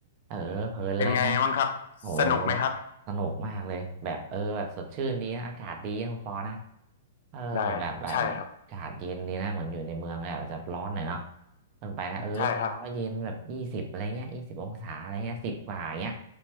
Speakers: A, on the right; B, on the left.
A: เออเพลินเลยนะ
B: เป็นไงบ้างครับ
A: โอ้
B: สนุกไหมครับ
A: สนุกมากเลยแบบเออแบบสดชื่นดีนะอากาศดีนะคุณปอนะเออแบบแบบแบบอากาศเย็นดีนะเหมือนอยู่ในเมืองแบบจะร้อนหน่อยเนาะ
B: ได้ใช่ครับ
A: มันไปนะเออบ้านเราก็เย็นแบบยี่สิบอะไรเงี้ยยี่สิบองศาอะไรเงี้ยสิบกว่าอย่างเงี้ย
B: ใช่ครับ